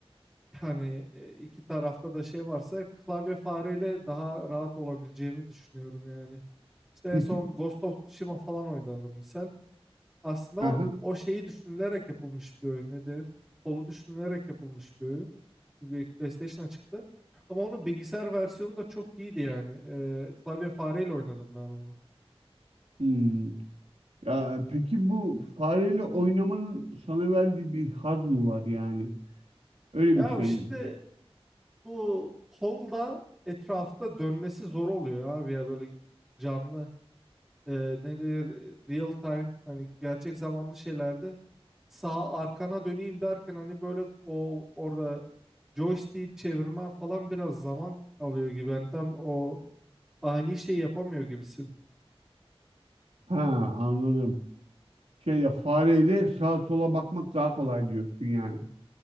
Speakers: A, in the centre; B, on the right.
A: hani e, iki tarafta da şey varsa klavye fareyle daha rahat olabileceğimi düşünüyorum yani. İşte
B: Peki,
A: en son Ghost of Tsushima falan oynadım misal. Aslında
B: aha.
A: o, o şeyi düşünülerek yapılmış bir oyun. Ne denir? Kolu düşünülerek yapılmış bir oyun. Çünkü ilk PlayStation'a çıktı. Ama onun bilgisayar versiyonu da çok iyiydi yani. Ee, klavye fareyle oynadım ben onu.
B: Hmm. Ya peki bu fareyle oynamanın sana verdiği bir haz mı var yani? Öyle
A: Ya
B: bir şey
A: şimdi
B: mi?
A: bu kol da etrafta dönmesi zor oluyor abi ya böyle canlı. Ee, ne denir? Real time hani gerçek zamanlı şeylerde sağ arkana döneyim derken hani böyle o orada joystick çevirmen falan biraz zaman alıyor gibi. Hani tam o ani şey yapamıyor gibisin.
B: Ha anladım. Şeyle fareyle sağa sola bakmak daha kolay diyorsun yani.